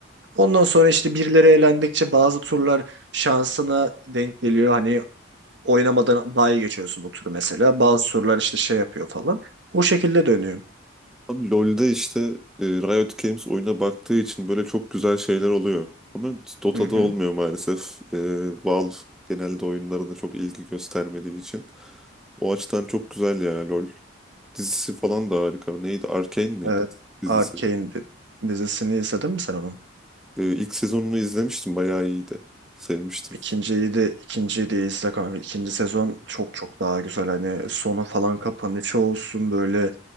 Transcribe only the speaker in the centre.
Abi LoL'de işte e, Riot Games oyuna baktığı için böyle çok güzel şeyler oluyor. Ama Dota'da
olmuyor maalesef. E, Valve genelde oyunlarına çok ilgi göstermediği için. O açıdan çok güzel ya LoL. Dizisi falan da harika. Neydi? Arcane miydi
dizisi?
E, ilk sezonunu izlemiştim. Bayağı iyiydi. Sevmiştim.